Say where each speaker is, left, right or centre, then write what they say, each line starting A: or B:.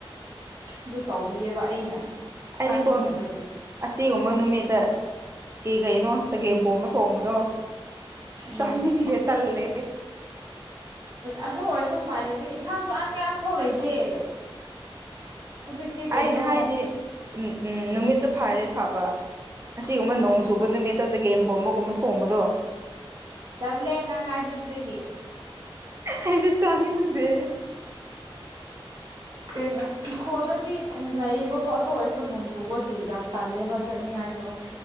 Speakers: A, on the right; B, on the right.
A: ꯑꯗꯨ ꯇꯧꯕꯤꯌꯦꯕ ꯑꯩꯅ
B: ꯑꯩꯗꯤꯀꯣꯟ
A: ꯆꯥꯅꯤꯡꯗꯕꯒꯤ
B: ꯑꯁꯤꯒꯨꯝꯕ ꯅꯨꯃꯤꯠꯇ ꯇꯤꯒꯩꯅꯣ ꯆꯒꯦꯝꯄꯣꯝꯕ ꯊꯣꯡꯕꯗꯣ
A: ꯎꯝ
B: ꯆꯥꯅꯤꯡꯗꯦ ꯇꯜꯂꯦ
A: ꯑꯗꯨ ꯑꯣꯏꯔꯁꯨ ꯎꯄꯥꯏ ꯂꯩꯇꯦ ꯏꯟꯁꯥꯡ ꯆꯥꯟꯅꯤꯉꯥꯏ ꯑꯝꯐꯥꯎ ꯂꯩꯇꯦ ꯍꯧꯖꯤꯛꯇꯤ ꯀꯩꯅꯣ
B: ꯑꯩ ꯍꯥꯏꯗꯤ ꯎꯝ ꯅꯨꯃꯤꯠꯇꯨ ꯐꯔꯗꯤ ꯐꯕ ꯑꯁꯤꯒꯨꯝꯕ
A: ꯎꯝ
B: ꯅꯣꯡ ꯆꯨꯕ ꯅꯨꯃꯤꯠ ꯇ ꯆꯒꯦꯝ ꯄꯣꯝꯕꯒꯨꯝꯕ ꯊꯣꯡꯕꯗꯣ
A: ꯇꯜꯂꯦ ꯅꯪ ꯍꯥꯏꯕꯤꯕꯗꯒꯤ
B: ꯑꯩꯗꯤ ꯆꯥꯅꯤꯡꯗꯦ
A: ꯀꯩꯅꯣ ꯏꯪꯈꯣꯜꯗꯗꯤ ꯂꯩꯌꯦꯕꯀꯣ ꯑꯗꯨ ꯑꯣꯏꯔꯁꯨ ꯅꯣꯡ ꯆꯨꯕꯒꯤ ꯌꯥꯝ ꯇꯜꯂꯦꯕ ꯆꯠꯅꯤꯡꯉꯥꯏꯗꯣ